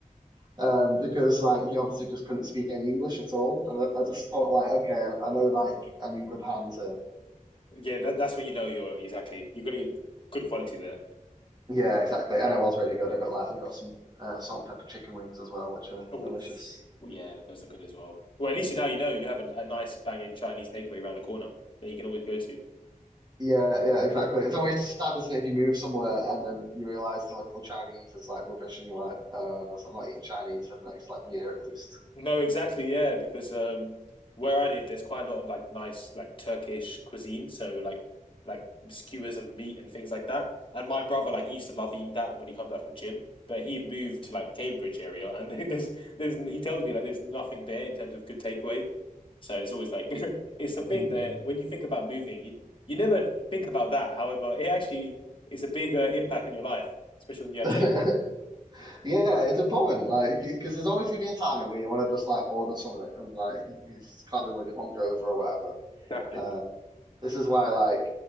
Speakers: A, on the right; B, on the left.
A: um, because like he obviously just couldn't speak any English at all, and I, I just thought like, okay, I, I know like I'm in good hands here.
B: Yeah, that, that's where you know you're exactly. You're gonna get good quality there.
A: Yeah, exactly, and it was really good. I got that, and I got some uh, salt and pepper chicken wings as well, which are
B: Oh,
A: delicious.
B: yeah, those are good as well. Well, at least you now you know you have a, a nice banging Chinese takeaway around the corner that you can always go to.
A: Yeah, yeah, exactly. It's always sad, isn't it, if you move somewhere and then you realize the local Chinese is like rubbish, and you're like, uh, so I'm not eating Chinese for the next like year at least.
B: No, exactly, yeah, because um where I live there's quite a lot of like nice like Turkish cuisine, so like like skewers of meat and things like that. And my brother like he used to love eating that when he comes back from gym, but he moved to like Cambridge area and <laughs> there's there's he tells me like there's nothing there in terms of good takeaway. So it's always like <laughs> it's the thing
A: Mm.
B: that when you think about moving, you you never think about that. However, it actually it's a big uh, impact in your life, especially when you have
A: <laughs>
B: take.
A: Yeah, it's important, like, because there's always gonna be a time where you want to just like order something and like you, you just can't be when you're hungover or whatever.
B: Exactly.
A: Um, this is why like